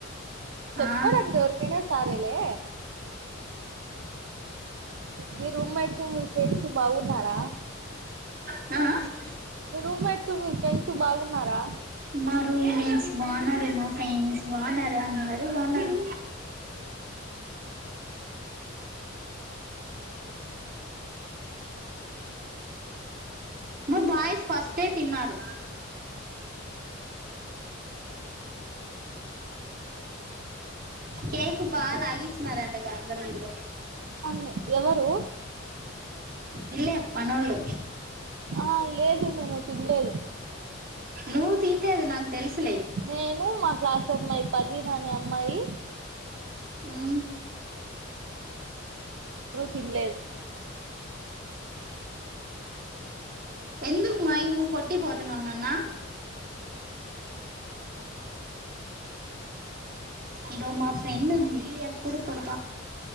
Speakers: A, on the right (about 65°); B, on the right (about 45°).
A: చెప్పుకోడానికి
B: ఆ
A: ఎవరికైనా సారేలే మీ రూమ్మేట్స్ మీ ఫ్రెండ్స్ బాగున్నారా
B: ఆ ఆ
A: మీ రూమ్మేట్సు మీ ఫ్రెండ్స్ సో బాగున్నారా
B: మా రూమ్మేట్స్ బాగున్నారు మా ఫ్రెండ్స్ బాగున్నారు అందరూ బాగున్నారు మా బాయ్స్ ఫస్టే తిన్నారు మా కేక్ బా లాగిస్తున్నారంటగ అందరూ వీళ్ళు
A: అవునులే ఎవరు
B: ఇల్లే మనోళ్ళు
A: ఆ లేదు నేను తినలేదు
B: నువ్వు తినలేదు నాకు తెలుసు
A: నేను మా క్లాస్ అమ్మాయి పర్వీన్ అనే అమ్మాయి
B: హ్మ్
A: తిన్లేదు
B: ఎందుకు మా ఇ నువ్వు కొట్టిపోతున్నావు నాన్న ఇడో మా ఫ్రెండ్ ఉంది ఎప్పుడు కొడు